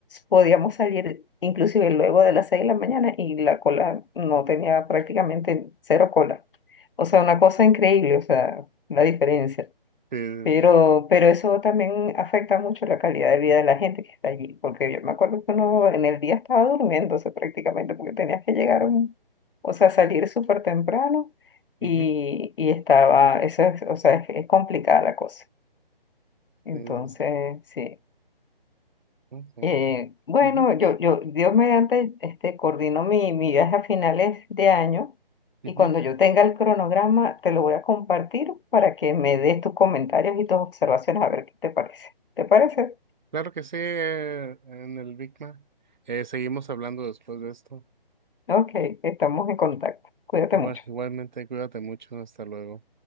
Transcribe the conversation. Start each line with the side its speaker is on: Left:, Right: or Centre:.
Left: podíamos salir inclusive luego de las 6 de la mañana y la cola no tenía prácticamente cero cola. O sea, una cosa increíble, o sea, la diferencia.
Right: Sí, sí,
Left: Pero,
Right: sí.
Left: pero eso también afecta mucho la calidad de vida de la gente que está allí, porque yo me acuerdo que uno en el día estaba durmiéndose prácticamente, porque tenías que llegar, a un- o sea, salir súper temprano y,
Right: Ujú,
Left: y estaba, eso es, o sea, es es complicada la cosa. Entonces,
Right: sí, sí, sí.
Left: sí.
Right: Ujú,
Left: Eh,
Right: ujú,
Left: bueno,
Right: ujú,
Left: yo, yo, Dios mediante, este, coordino mi, mi viaje a finales de año
Right: ujú.
Left: y cuando yo tenga el cronograma te lo voy a compartir para que me des tus comentarios y tus observaciones a ver qué te parece. ¿Te parece?
Right: Claro que sí, eh, en el Big Mac. Eh, seguimos hablando después de esto.
Left: Ok, estamos en contacto. Cuídate
Right: Igual,
Left: mucho.
Right: igualmente, cuídate mucho. Hasta luego.